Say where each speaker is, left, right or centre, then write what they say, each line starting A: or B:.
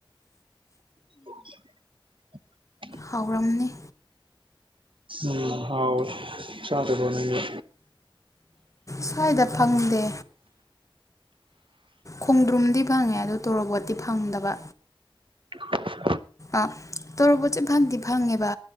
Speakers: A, on the right; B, on the left.
A: <inaudible>
B: ꯍꯥꯎꯔꯝꯅꯤ
A: ꯎꯝ ꯍꯥꯎꯥꯋꯦ ꯆꯥꯗ ꯅꯪꯗꯤ
B: ꯁ꯭ꯋꯥꯏꯗ ꯐꯪꯗꯦ ꯈꯣꯡꯗ꯭ꯔꯨꯝꯗꯤ ꯐꯪꯉꯦ ꯑꯗꯨ ꯇꯣꯔꯣꯕꯣꯠꯇꯤ ꯐꯪꯗꯕ
A: <inaudible>
B: ꯑ ꯇꯣꯔꯣꯕꯣꯠꯁꯦ ꯐꯪꯗꯤ ꯐꯪꯉꯦꯕ